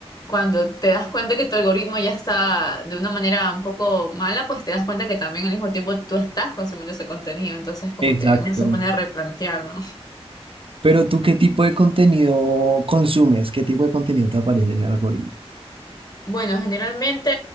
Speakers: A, on the left; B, on the right.
A: cuando te das cuenta que tu algoritmo ya está de una manera un poco mala, pues te das cuenta que también al mismo tiempo tú estás consumiendo ese contenido, entonces como
B: Exacto.
A: que uno se pone a replantear, ¿no?
B: Pero tú, ¿qué tipo de contenido consumes? ¿Qué tipo de contenido te aparece en el algoritmo?
A: Bueno, generalmente